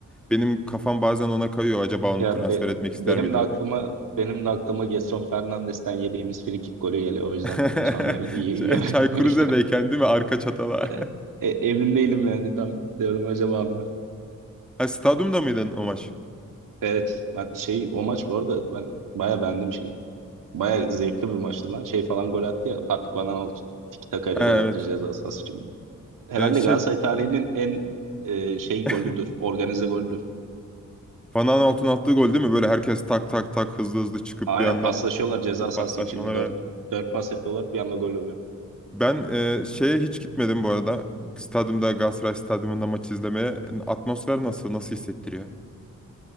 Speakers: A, in the centre; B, on the right (about 90°).
A: benim kafam bazen ona kayıyor. Acaba onu
B: Ya
A: transfer
B: be-
A: etmek ister
B: benim
A: miydim
B: de aklıma
A: diye.
B: benim de aklıma Gedson Fernandes'ten yediğimiz frikik golü geliyor.
A: <laughs>
B: O yüzden
A: Ç-
B: sonra diyorum iyi iyi.
A: Çaykur Rize'deyken
B: <laughs>
A: değil mi? Arka çatala.
B: E,
A: <laughs>
B: e, emin değilim yani tam diyorum acaba mı?
A: Ha, stadyumda mıydı o maç?
B: Evet ben şey o maç bu arada ben baya beğendim şeyi. Baya zevkli bir maçtı lan. Şey falan gol attı ya Patrick Van Aanholt tiki takayla
A: Ha,
B: gol attı
A: evet.
B: ceza sahası için. Herhalde
A: Ee, şey...
B: Galatasaray tarihinin en e, şey
A: <laughs>
B: golüdür. Organize golüdür.
A: Van Aanholt'un attığı gol değil mi? Böyle herkes tak tak tak hızlı hızlı çıkıp
B: Aynen
A: bir anda.
B: paslaşıyorlar ceza sahası
A: Paslaşmalar
B: içinde. Dört,
A: evet.
B: dört pas yapıyorlar bir anda gol oluyor.
A: Ben e, şeye hiç gitmedim bu arada. Stadyumda Galatasaray Stadyumunda maç izlemeye. Atmosfer nasıl? Nasıl hissettiriyor?